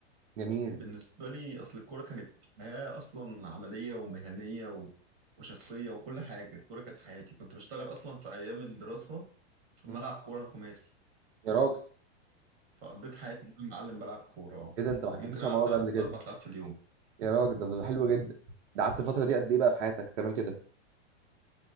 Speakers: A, on the right; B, on the right.
A: جميل
B: بالنسبه لي اصل الكوره كانت حياه اصلا عمليه ومهنيه و... وشخصيه وكل حاجه الكوره كانت حياتي كنت بشتغل اصلا في ايام الدراسه في
A: مم.
B: ملعب كوره خماسي
A: يا راجل
B: فقضيت حياتي كده معلم بلعب كوره آه.
A: ايه ده انت ما حكيتليش
B: ممكن العب
A: على الموضوع
B: ثلاث
A: ده قبل كده
B: اربع ساعات في اليوم
A: يا راجل ده ده حلو جدا ده قعدت الفتره دي قد ايه بقى في حياتك تعمل كده